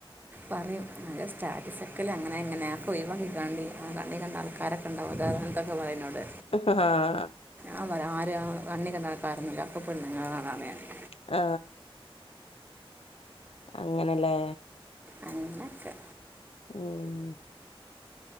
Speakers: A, on the right; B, on the left.
A: പറയും അ സ്റ്റാറ്റസ ഒക്കെല്ല അങ്ങനെ എങ്ങനെയൊക്കെ പോയി പറ കണ്ടി ആ കണ്ണി കണ്ട ആൾക്കാരൊക്കെ ഉ ഉണ്ടാവും സാധാരണ തൊക്ക പറയുന്നോട്
B: ആഹ്
A: ആ വരാം ആരും കണ്ണി കണ്ടാക്കാരൊന്നില്ല അക്കപ്പോഴും നിങ്ങളാണ് അറിയൻണ്ടത്
B: ആ അങ്ങനെല്ലേ
A: അനക്ക്
B: ഉം